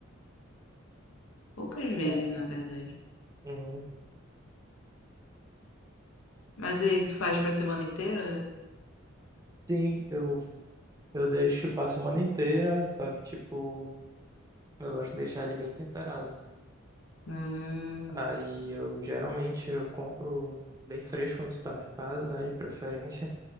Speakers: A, on the left; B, on the right.
A: Poucas vezes,
B: Tá.
A: na verdade.
B: Hum,
A: Mas aí tu faz pra semana inteira?
B: sim, eu, eu deixo pra semana inteira, só que tipo, eu gosto de deixar ele bem temperado.
A: Hum,
B: Aí eu geralmente eu compro bem fresco no supermercado, né? De preferência.